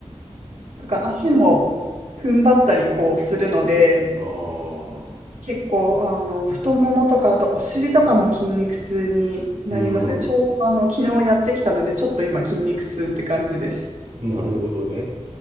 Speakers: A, on the right; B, on the right.
A: とか足も踏ん張ったりこうするので、
B: ああ、
A: 結構、あの、太ももとか、あとお尻とかも筋肉痛になりますね。
B: うん。
A: ちょうど、あの、昨日やってきたので、ちょっと今、筋肉痛って感じです。
B: なるほどね。